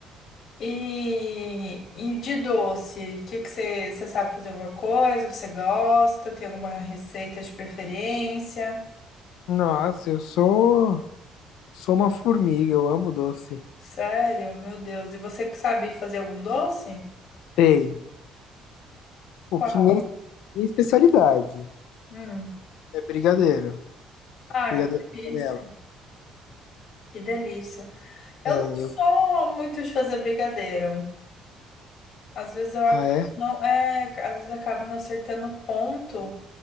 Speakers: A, on the left; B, on the left.
A: E, e de doce, o que que você você sabe fazer alguma coisa? Você gosta? Tem alguma receita de preferência?
B: Nossa, eu sou sou uma formiga, eu amo doce.
A: Sério? Meu Deus. E você que sabe fazer algum doce?
B: Ei,
A: Qual?
B: o que minha, minha especialidade
A: Hum.
B: é brigadeiro,
A: Ah,
B: brigadeiro
A: que
B: de
A: delícia.
B: panela.
A: Que delícia. Eu
B: É,
A: não sou
B: eu,
A: muito de fazer brigadeiro. Às vezes eu acabo
B: ah, é?
A: não, é, às vezes eu acabo não acertando o ponto.